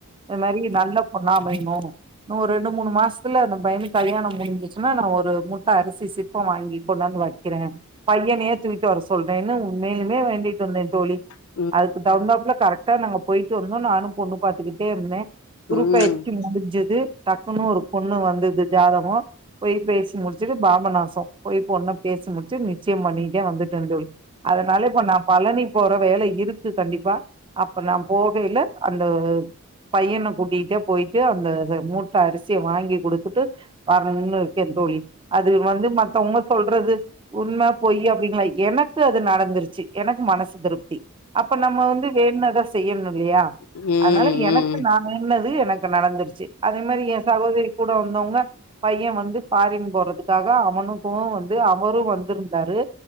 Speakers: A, on the right; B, on the left.
A: இது மாரி நல்ல பொண்ணா அமையணு. இன்னு ஒரு ரெண்டு மூணு மாசத்துல அந்த பையனுக்கு கல்யாணோ முடிஞ்சிச்சின்னா நா ஒரு மூட்டை அரிசி சிப்பம் வாங்கி கொண்டாந்து வக்கிறே. பையெனையே தூக்கிட் வர சொல்றேன்னு மேலுமே வேண்டிட் வந்தே தோழி.
B: ம்
A: அதுக்கு தகுந்தாப்ல கரெட் இதுக்கா நாங்க போயிட்டு வந்தோ. நானு பொண்ணு பாத்துக்கிட்டே இருந்தே.
B: ம்
A: குரு பெயர்ச்சி முடிஞ்சிது. டக்குன்னு ஒரு பொண்ணு வந்தது ஜாதகோ போய் பேசி முடிச்சிட்டு பாபநாசம் போய் பொண்ண பேசி முடிச்சிட் நிச்சயம் பண்ணிட்டே வந்துட் டேன் தோழி அதனால இப்ப நா பழனி போற வேலை இருக்கு கண்டிப்பா. அப்ப நா போகையில அந்த பையன கூட்டிகிட்டே போயிட்டு அந்த மூட்ட அரிசிய வாங்கி குடுத்துட்டு வரணும்னு இருக்கே தோழி. அது வந்து மத்தவங்க சொல்றது உண்ம, பொய் அப்டிங்கலய் எனக்கு அது நடந்திருச்சி. எனக்கு மனசு திருப்தி. அப்ப நம்ம வந்து வேண்டுனத செய்யணு இல்லையா?
B: ம்
A: அதனால
B: ம்
A: எனக்கு நா வேண்டுனது எனக்கு நடந்திருச்சி. அதே மாரி ஏ சகோதரி கூட வந்தவங்க பைய வந்து ஃபாரின் போறதுக்காக அவனுக்கு வந்து அவரு வந்திருந்தாரு.